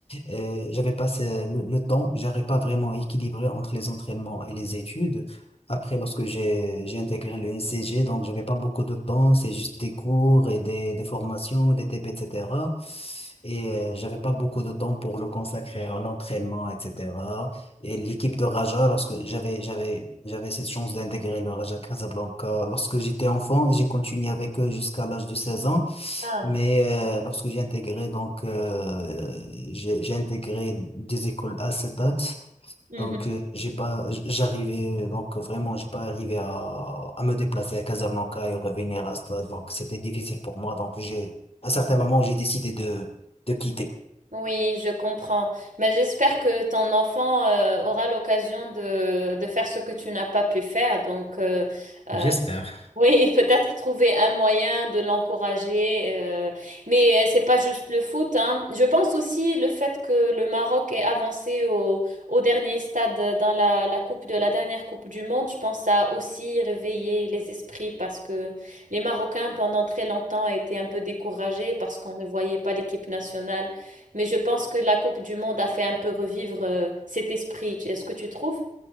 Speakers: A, on the left (about 50°); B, on the right (about 80°).
A: euh, j'avais pas ce- le, le temps. J'arrivais pas vraiment à équilibrer entre les entraînements et les études. Après, lorsque j'ai j'ai intégré le NCG, donc j'avais pas beaucoup de temps, c'est juste des cours et des, des formations, des TP, etc. Et cetera. Et euh, j'avais pas beaucoup de temps pour le consacrer à l'entraînement, etc. Et l'équipe de Raja, lorsque j'avais j'avais j'avais cette chance d'intégrer le Raja Casablanca, lorsque j'étais enfant, j'ai continué avec eux jusqu'à l'âge de 16 ans.
B: Ah.
A: Mais euh, lorsque j'ai intégré donc euh, j'ai j'ai intégré des écoles à Setat
B: Mhm.
A: donc, euh, j'ai pas, j'arrivais, euh, donc euh, vraiment, j'ai pas arrivé à, à me déplacer à Casablanca et revenir à Stade. Donc, c'était difficile pour moi. Donc, j'ai, à certains moments j'ai décidé de, de quitter.
B: Oui, je comprends. Mais j'espère que ton enfant euh, aura l'occasion de, de faire ce que tu n'as pas pu faire. Donc, euh, euh,
A: J'espère.
B: oui, peut-être trouver un moyen de l'encourager, euh, mais euh, c'est pas juste le foot, hein. Je pense aussi le fait que le Maroc est avancé au, au dernier stade dans la, la coupe de la dernière Coupe du Monde. Je pense que ça a aussi réveillé les esprits parce que les Marocains pendant très longtemps étaient un peu découragés parce qu'on ne voyait pas l'équipe nationale. Mais je pense que la Coupe du Monde a fait un peu revivre euh, cet esprit. Est-ce que tu trouves?